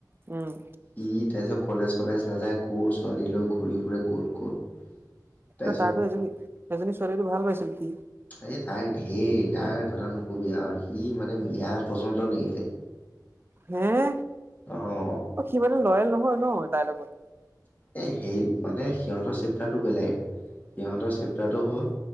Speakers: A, on the right; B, on the left.
A: উম।
B: সি তাৰপিছত কলেজ চলেজ নাযায় কৰ ছোৱালীলৈ ঘূৰি ফুৰে ক'ত ক'ত। তাৰপিছত
A: তাৰতো এজনী এজনী ছোৱালীটো ভাল পাইছিলে সি।
B: এই তাৰ ঢেৰ তাৰ কথা নকবি আৰু সি মানে মিয়া পৰ্যন্ত নেৰিলে।
A: হে
B: অ'
A: অ' সি মানে লয়েল নহয় ন তাইৰ লগত?
B: এই সেই মানে সিহঁতৰ চেপটাৰটো বেলেগ। সিহঁতৰ চেপ্টাৰটো হ'ল